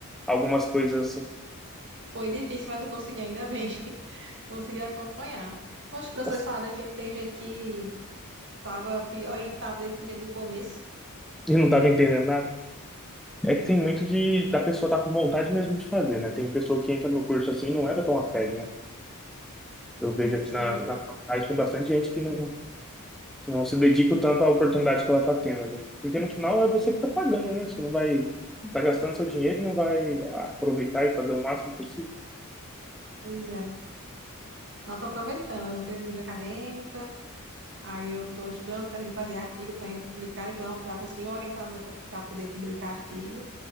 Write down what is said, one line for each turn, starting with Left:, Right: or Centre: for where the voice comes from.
Centre: algumas coisas assim.
Right: Foi difícil, mas eu consegui, ainda bem. Consegui acompanhar. Os professores
Centre: Nossa,
Right: falaram que tem gente que estava pior e estava desde o primeiro do começo.
Centre: eu não tava entendendo nada. É que tem muito de da pessoa estar tá com vontade mesmo de fazer, né? Tem pessoa que entra no curso assim e não leva tão a sério, né? Eu vejo
Right: Sim,
Centre: aqui na, na faculdade tem bastante gente que não, Então, Você não se dedica o tanto à oportunidade que ela está tendo ali. Porque no final é você que está pagando, né? Você não vai tá gastando seu dinheiro e não vai ah, aproveitar e fazer o máximo possível.
Right: pois é. Eu estou aproveitando, eu treino de acadêmica, aí eu estou estudando para fazer artigo também para publicar, então já consegui um orientador para poder publicar artigo.